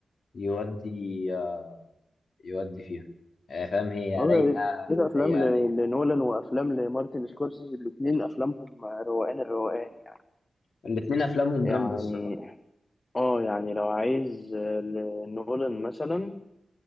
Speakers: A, on the left; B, on the left.
A: يودي آه، يودي فيها آه، فاهم هي
B: اه
A: رايقه
B: ايه ده افلام
A: رايقه
B: ل-
A: رايقه
B: لنولان وافلام لمارتن سكورسيزي الاتنين افلامهم روقان الروقان يعني
A: الاتنين افلامهم
B: يعني
A: جامده الصراحه
B: اه يعني لو عايز آه، لنولان مثلا